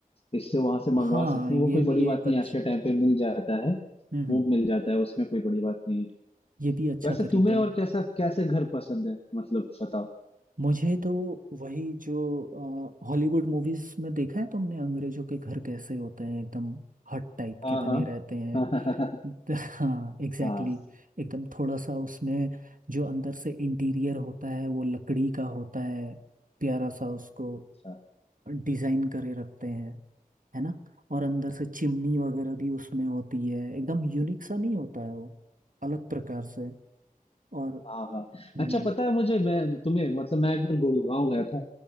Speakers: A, on the left; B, on the right.
A: इससे वहां से मंगवा
B: हाँ
A: सकते
B: ये
A: हैं वो कोई
B: भी
A: बड़ी बात
B: एक अच्छा
A: नहीं है, आज के टाइम पे मिल जाता है
B: हम्म
A: वो मिल जाता है उसमें कोई बड़ी बात नहीं है
B: ये भी अच्छा
A: वैसे
B: तरीका
A: तुम्हें और
B: है
A: कैसा कैसे घर पसंद है मतलब बताओ
B: मुझे तो वही जो हॉलीवुड मूवीज में देखा है तुमने अंग्रेजों के घर कैसे होते हैं एकदम हट टाइप
A: हाँ
B: के बने
A: हाँ
B: रहते हैं
A: <laughs> हाँ हाँ
B: <laughs> हाँ एग्जैक्टली
A: हाँ
B: exactly, एकदम थोड़ा सा उसमें जो अंदर से इंटीरियर होता है वो लकड़ी का होता है प्यारा सा उसको
A: अच्छा
B: डिजाइन करे रखते हैं है ना और अंदर से चिमनी वगैरह भी उसमें होती है एकदम यूनिक सा नहीं होता है वो अलग प्रकार से और
A: हाँ हाँ
B: हम्म,
A: अच्छा पता है मुझे मैं तुम्हें मतलब मैं एक बार गुड़गांव गया था